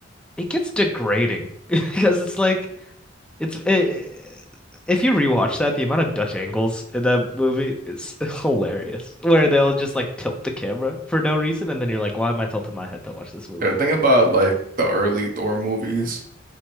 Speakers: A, in the centre; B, on the right.
A: it gets degrading <laughs> because it's like it's it, if you rewatch that the amount of Dutch angles in that movie is <laughs> hilarious where they'll just like tilt the camera for no reason and then you're like why am I tilting my head to watch this movie?
B: Yeah, The thing about like the early Thor movies